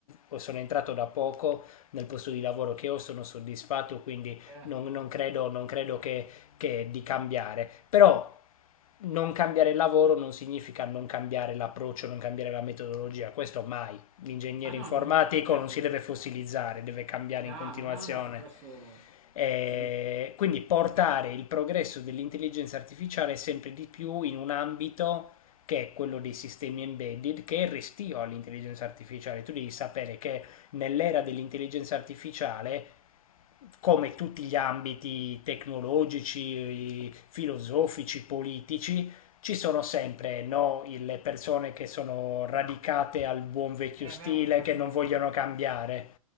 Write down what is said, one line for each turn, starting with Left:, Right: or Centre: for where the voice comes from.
Left: o sono entrato da poco nel posto di lavoro che ho, sono soddisfatto, quindi
Right: certo.
Left: non, non credo, non credo che, che di cambiare. Però non cambiare il lavoro non significa non cambiare l'approccio, non cambiare la metodologia, questo mai. L'ingegnere
Right: Ah no,
Left: informatico
Right: non, certo,
Left: non si deve fossilizzare, deve cambiare
Right: chiaro,
Left: in continuazione.
Right: no, no, ma su questo...
Left: Eh,
Right: ci vuoi-
Left: quindi portare il progresso dell'intelligenza artificiale sempre di più in un ambito che è quello dei sistemi embedded, che è restio all'intelligenza artificiale. Tu devi sapere che nell'era dell'intelligenza artificiale, come tutti gli ambiti tecnologici, filosofici, politici, ci sono sempre no, il- le persone che sono radicate al buon vecchio
Right: Eh,
Left: stile,
Right: beh, ma questo...
Left: che non vogliono cambiare.